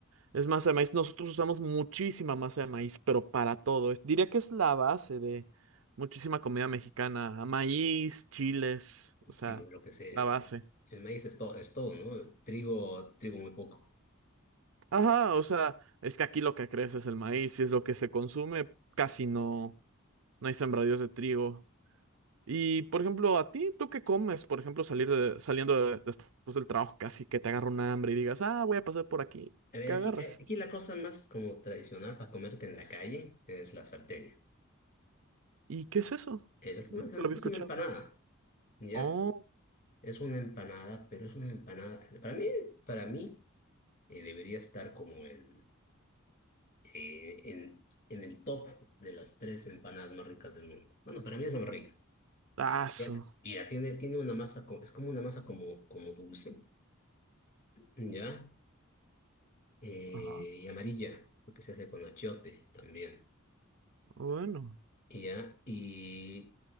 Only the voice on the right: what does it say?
es masa de maíz. Nosotros usamos muchísima masa de maíz, pero para todo. Es- diría que es la base de muchísima comida mexicana, maíz, chiles, o
sea,
la
base.
Ajá, o sea, es que aquí lo que crece es el maíz y es lo que se consume, casi no, no hay sembradíos de trigo. Y, por ejemplo, a ti, ¿tú qué comes? Por ejemplo, salir de- saliendo de- después del trabajo, casi que te agarra un hambre y digas, ah, voy a pasar por aquí.
¿Qué
agarras?
¿Y qué es eso?
Nunca
lo había escuchado.
Oh,
tazo.
Ajá.
Bueno.